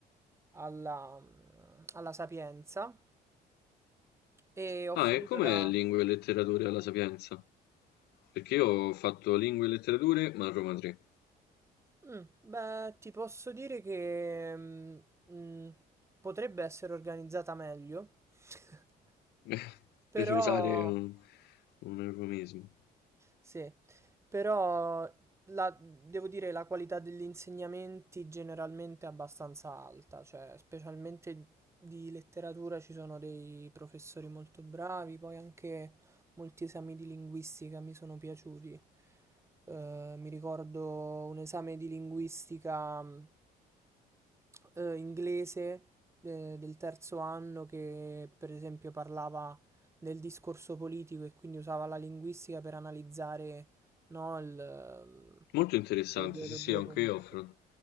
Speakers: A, on the right (about 15°); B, on the left (about 75°).
A: alla, alla Sapienza e ho
B: Ah,
A: finito
B: e com'è
A: da...
B: lingue e letterature alla Sapienza? Perché io ho fatto lingue e letterature, ma a Roma 3,
A: Mm, beh, ti posso dire che mm, mm, potrebbe essere organizzata meglio, <laughs>
B: <laughs>
A: però
B: per usare
A: Secondo?
B: un, un eufemismo.
A: Sì, però la- devo dire la qualità degli insegnamenti generalmente è abbastanza alta, cioè specialmente di letteratura ci sono dei professori molto bravi, poi anche molti esami di linguistica mi sono piaciuti. Eh, mi ricordo un esame di linguistica mh, eh, inglese eh, del terzo anno che per esempio parlava del discorso politico e quindi usava la linguistica per analizzare, no, il, ehm,
B: Molto interessante,
A: le ideologie
B: sì sì, anche
A: politiche.
B: io ho, affron-